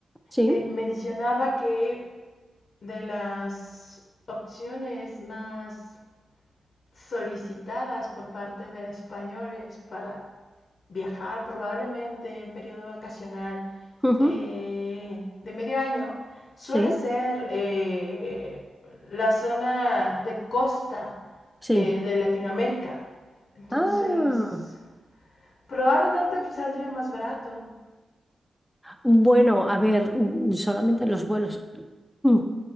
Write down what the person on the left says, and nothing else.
eh, mencionaba que de las opciones más solicitadas por parte de españoles para viajar probablemente en periodo vacacional
eh, de medio año, suele
ser eh, la zona de costa
eh, de Latinoamérica. Entonces,
probablemente saldría más barato.